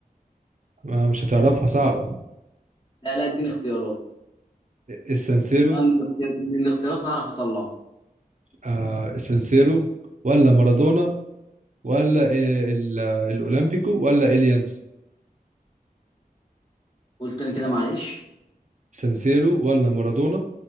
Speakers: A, on the right; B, on the left.
A: ما مش هتعرفها صعبه
B: لا لا اديني اختيارات
A: السانسيرو
B: انا من الاختيار- من الاختيارات هعرف اطلعه
A: آه السانسيرو ولا مارادونا ولا إيه ال- الاولمبيكو ولا اليانز
B: قلت انا كده معلش
A: سانسيرو ولا مارادونا